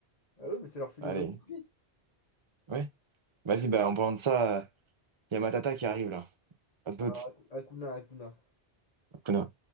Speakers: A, on the left; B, on the right.
A: Ah oui, mais c'est leur philosophie
B: Allez,
A: de vie.
B: ouais. Vas-y, bah en parlant de ça, il y a ma tata qui arrive, là. À toute.
A: Alors, Hakuna, Hakuna.
B: Connard.